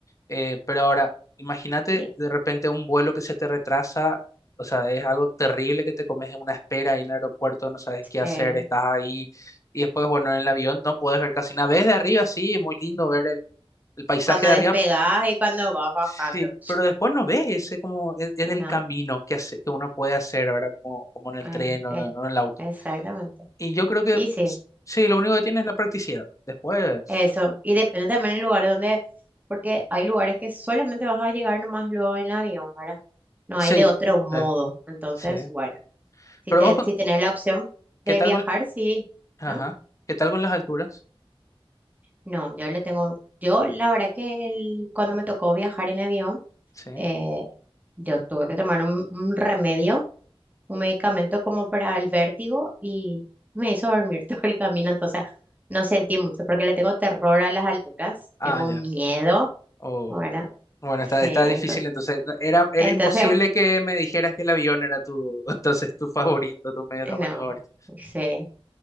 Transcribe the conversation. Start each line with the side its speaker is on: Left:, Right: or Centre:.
Left: Eh, pero ahora, imagínate
Right: y-
Left: de repente un vuelo que se te retrasa, o sea, es algo terrible que te comes en una espera ahí en el aeropuerto, no sabes qué hacer,
Right: sí.
Left: estás ahí y después, bueno, en el avión no puedes ver casi nada. Ves de arriba, sí, muy lindo ver el, el paisaje
Right: Cuando
Left: de
Right: despegás
Left: arriba,
Right: y cuando vas bajando.
Left: sí, pero después no ves ese como en, en
Right: No,
Left: el camino que, hace, que uno puede hacer, ¿verdad? Como, como en el
Right: eh,
Left: tren o
Right: eh,
Left: en, o en el auto.
Right: exactamente.
Left: Y yo creo que
Right: Y sí,
Left: s- sí, lo único que tiene es la practicidad. Después,
Right: eso. Y depende también del lugar donde, porque hay lugares que solamente vas a llegar nomás luego en avión, ¿verdad? No
Left: sí,
Right: hay de otro modo.
Left: sí,
Right: Entonces,
Left: sí.
Right: bueno. Si
Left: Pero
Right: te,
Left: vos,
Right: si tenés la opción
Left: ¿qué
Right: de
Left: tal
Right: viajar,
Left: con...
Right: sí,
Left: Ajá.
Right: ¿no?
Left: ¿Qué tal con las alturas?
Right: No, yo le tengo, yo la verdad que el- cuando me tocó viajar en avión,
Left: Sí.
Right: eh, yo tuve que tomar un, un remedio, un medicamento como para el vértigo y me hizo dormir <laughs> todo el camino, entonces no sentí mucho porque le tengo terror a las alturas,
Left: Ah,
Right: tengo
Left: ya.
Right: miedo,
Left: Oh,
Right: ¿verdad?
Left: oh. Bueno,
Right: Sí,
Left: está, está difícil,
Right: entonces,
Left: entonces no, era, era
Right: entonces,
Left: imposible que me dijeras que el avión era tu, <laughs> entonces tu favorito, tu medio de transporte
Right: no,
Left: favorito.
Right: sí,